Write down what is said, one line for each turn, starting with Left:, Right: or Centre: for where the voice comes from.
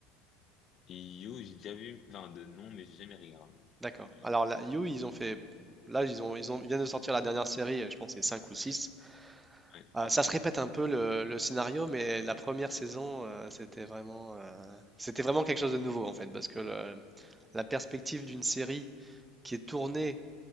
Left: Et You, j'ai déjà vu, enfin, de nom, mais j'ai jamais regardé.
Right: D'accord.
Left: J'ai jamais regardé.
Right: Alors là, You, ils ont fait. Là, ils ont, ils ont, ils viennent de sortir la dernière série. Je pense que c'est 5 ou six
Left: Ouais,
Right: Ah, ça se répète un peu le, le scénario, mais la première saison, euh, c'était vraiment, euh, c'était vraiment quelque chose de nouveau en fait, parce que le- la perspective d'une série qui est tournée